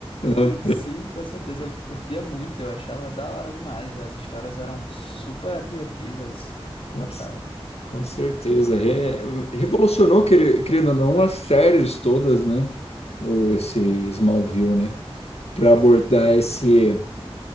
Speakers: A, on the left; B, on the left.
A: Sim.
B: Sim, com certeza, eu curtia muito, eu achava da hora demais. As histórias eram super criativas,
A: Com,
B: gostava.
A: com certeza. Re- revolucionou, quer- querendo ou não, as séries todas, né? O, esse Smallville, né? Para abordar esse,